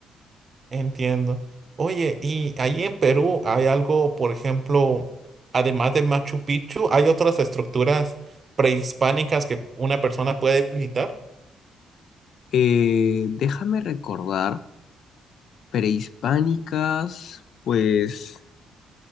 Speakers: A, on the right; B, on the left.
A: Entiendo. Oye, ¿y ahí en Perú hay algo, por ejemplo, además de Machu Picchu, hay otras estructuras prehispánicas que una persona puede visitar?
B: Eh, déjame recordar, prehispánicas, pues